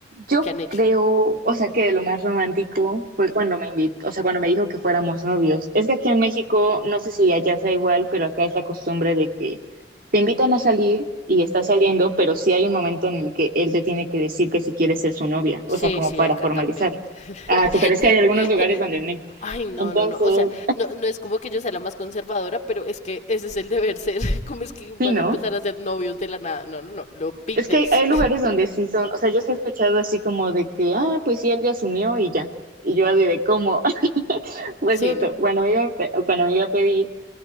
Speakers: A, on the left; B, on the right.
A: o
B: Yo
A: que han hecho.
B: creo, o sea, que lo más romántico fue cuando me invitó, o sea, cuando me dijo que fuéramos novios. Es que aquí en México, no sé si allá sea igual, pero acá es la costumbre de que te invitan a salir y estás saliendo, pero sí hay un momento en el que él te tiene que decir que si quieres ser su novia, o
A: Sí,
B: sea, como
A: sí,
B: para
A: acá
B: formalizar.
A: también. <laughs>
B: Ah, sí, pero es que hay algunos lugares donde no.
A: Ay, no,
B: Entonces,
A: no, no. O sea, no, no es como que yo sea la más conservadora, pero es que ese es el deber ser. <laughs> ¿Cómo es que vas
B: sí, ¿no?
A: a empezar a ser novios de la nada? No, no, no. Lo pides.
B: Es que hay lugares
A: <laughs>
B: donde sí son, o sea, yo sí he escuchado así como de que, ah, pues sí, él ya asumió y ya. Y yo así de cómo. <laughs> Pues
A: Sí,
B: cierto,
A: no.
B: cuando me iba, a pe- cuando me iba a pedir,